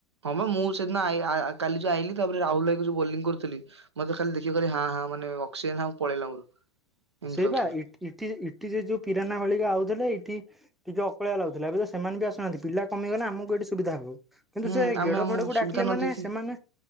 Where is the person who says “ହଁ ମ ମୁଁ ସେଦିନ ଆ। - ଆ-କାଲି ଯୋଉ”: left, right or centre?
Right